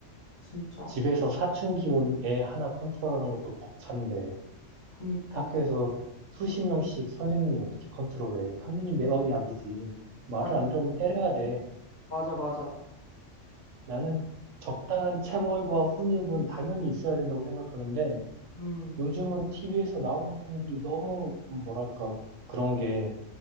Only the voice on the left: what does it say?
진짜.
그니까.
완-
맞아, 맞아.
음,